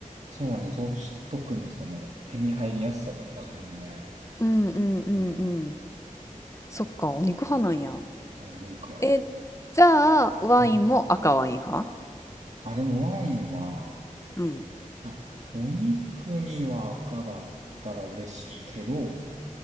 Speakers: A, on the right; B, on the left.
A: そうね。とし特にその手に入りやすさとかは全然、
B: うんうんうんうん。
A: うん。
B: そっか、お肉派なんや。
A: お肉やね。
B: え、じゃあ、ワインも赤ワイン派
A: うんあ、でもワインは、
B: うん。
A: あ、お肉には赤があったら嬉しいけど、